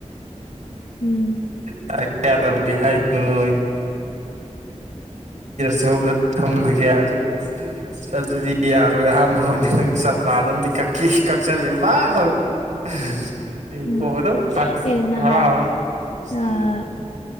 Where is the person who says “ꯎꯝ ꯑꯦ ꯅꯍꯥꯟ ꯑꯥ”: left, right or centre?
Left